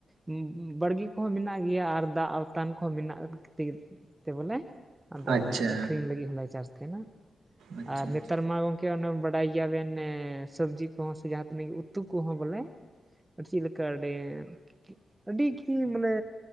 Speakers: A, on the right; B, on the right.
A: ᱩᱸᱼᱩᱸᱵᱟᱲᱜᱤ ᱠᱚᱦᱚᱸ ᱢᱤᱱᱟᱜ ᱜᱮᱭᱟ, ᱟᱨ ᱫᱟᱜ ᱟᱣᱛᱟᱱ ᱠᱚᱦᱚᱸ ᱢᱤᱱᱟᱜ ᱛᱮᱜᱤ‌ ᱛᱮ ᱵᱚᱞᱮ ᱟᱫᱚ
B: ᱟᱪᱪᱷᱟ
A: ᱟᱹᱠᱷᱨᱤᱧ ᱞᱟᱹᱜᱤᱫ ᱦᱚᱸ ᱞᱮ ᱪᱟᱥ ᱛᱷᱮᱸᱱᱟ
B: ᱟᱪᱪᱷᱟ
A: ᱟᱨ
B: ᱟᱪᱪᱷᱟ
A: ᱱᱮᱛᱟᱨ ᱢᱟ ᱜᱚᱝ ᱠᱮ ᱚᱱᱮ ᱵᱟᱰᱟᱭ ᱜᱮᱭᱟ ᱵᱮᱱ ᱱᱮ ᱥᱟᱹᱵᱽᱡᱤ ᱠᱚᱦᱚᱸ ᱥᱮ ᱡᱟᱦᱟᱸ ᱛᱤᱱᱟᱹᱜ ᱜᱮ ᱩ ᱛᱩ ᱠᱚᱦᱚᱸ ᱵᱚᱞᱮ‌ <unintelligible> ᱪᱤᱜ ᱞᱮᱠᱟ <unintelligible> ᱟᱹᱰᱤ ᱜᱮ ᱢᱟᱱᱮ